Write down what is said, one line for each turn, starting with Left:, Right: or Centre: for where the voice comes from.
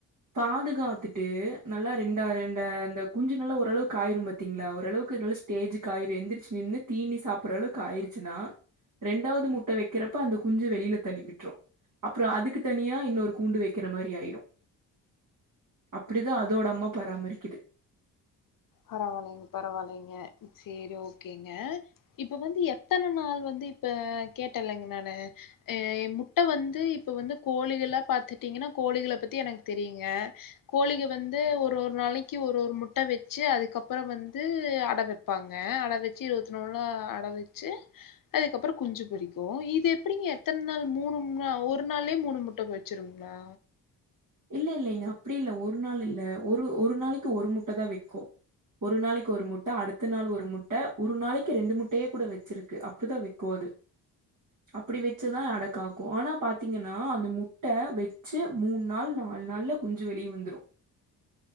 Right: பாதுகத்துட்டு நல்லா ரெண் டா இந்த அந்த குஞ்சு நல்ல ஓர அளவுக் ஆயிரு பாத்திங்ளா ஓரளவுக் ஸ்டேஜிக் ஆயிரு எந்திரிச்சி நின்னு தீனி சாப்பூற்ற அளவுக்கு ஆயிருச்சுன்னா ரெண்டாவது முட்ட வைக்றப்ப அந்த குஞ்சி வெளில தள்ளி விட்ரு அப்றோ அதுக்கு தனியா இன்னொரு கூண்டு வைக்கிற மாரி ஆயிரு அப்டிதா அதோட அம்மா பராமரிக்குது
Left: பரவால்லைங்க பரவால்லைங்க சேரி ஓகேங்க இப்ப வந்து எத்தன நாள் வந்து இப்ப கேட்டல்லைங்க நானு எ முட்ட வந்து இப்ப வந்து கோழிகள்லா பாத்துட்டிங்கனா கோழிகள பத்தி எனக்கு தெரியுங்க கோழிக வந்து ஒரு ஒரு நாளைக்கி ஒரு ஒரு முட்ட வச் சி அதுக்கப்பறோ வந்து அட வைப்பாங்க அட வச்சி இருவத்தி ஒருநாள்ல அட வச்சி அதுக்கப்பறோ குஞ்சி பொரிக்கு இது எப்டிங்க எத்தன நாள் மூணு மூணு ஒரு நாள்லே மூணு முட்ட பொரிக் ச்சிருங்ளா
Right: இல்ல இல்லைங்க அப்டி இல்ல ஒரு நாள் இல்ல ஒரு ஒரு நாளைக்கு ஒரு முட்டதா வைக்கு ஒரு நாளைக்கு ஒரு முட்ட அடுத்த நாள் ஒரு முட்ட ஒரு நாளைக்கு ரெண்டு முட்டையே கூட வச்சிருக்கு அப்படிதா வை க்கு அது அப்டி வச்சிதா அடகாக்கு ஆனா பாத்தீங்கனா அந்த முட்ட வச்சி மூன் நாள் நாலு நாள்ல குஞ்சி வெளியே வந்துரு